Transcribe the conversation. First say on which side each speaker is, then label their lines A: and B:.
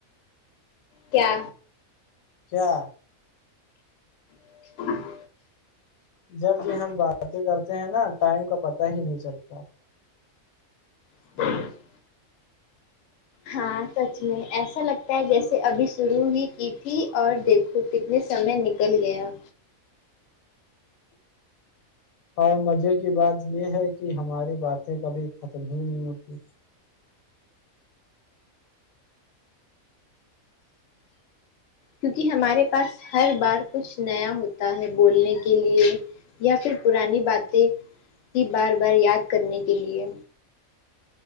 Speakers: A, on the left (about 70°); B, on the left (about 85°).
A: کیا
B: کیا
A: <inaudible>
B: جب بھی ہم باتیں کرتے ہیں نا ٹائم کا پتا ہی نہیں چلتا
A: <inaudible> ہاں سچ میں ایسا لگتا ہے جیسے ابھی شروع ہی کی تھی اور دیکھو تو کتنے سمے نکل گیا
B: اور مجے کی باتے ہے کی ہماری باتیں کبھی ختم ہی نہیں ہوتی
A: کیونکی ہمارے پاس ہر بار کچھ نیا ہوتا ہے بولنے کے لیے یا فیر پرانی باتیں کی بار بار یاد کرنے کے لیے